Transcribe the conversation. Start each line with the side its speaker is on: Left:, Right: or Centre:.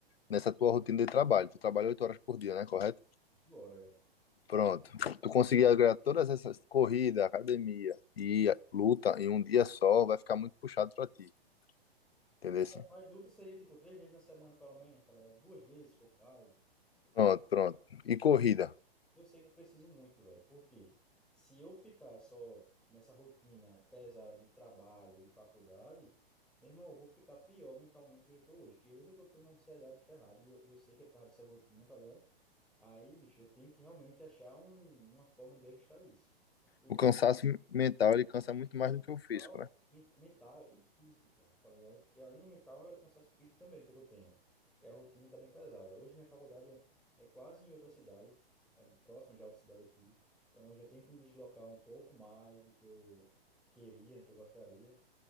Left: nessa tua rotina de trabalho. Tu trabalha oito horas por dia, né? Correto?
Centre: hora, velho.
Left: Pronto. Tu conseguir agregar todas essas corrida, academia e luta em um dia só, vai ficar muito puxado pra ti. Entendeu?
Centre: Mas luta seria tipo três vezes na semana, pelo menos, tá ligado? Duas vezes, se for o caso.
Left: Pronto, pronto. E corrida.
Centre: E eu Eu sei que eu preciso muito, velho, porque se eu ficar só nessa rotina pesada de trabalho, de faculdade, meu irmão, eu vou ficar pior mentalmente do que eu estou hoje, que hoje eu tô tendo uma ansiedade ferrada e eu, eu sei que é por causa dessa rotina, tá ligado? Aí, bicho, eu tenho que realmente achar um- uma forma de ajustar isso. Hoje,
Left: O cansaço mental, ele cansa muito mais do
Centre: Mental,
Left: que o físico, né?
Centre: men- mental e físico, pô, tá ligado? Porque além de mental, é cansaço físico também que eu tô tendo, que é a rotina tá bem pesada. Hoje minha faculdade é quase em outra cidade, é próxima já a outra cidade aqui, então eu já tenho que me deslocar um pouco mais do que eu queria, né, que eu gostaria.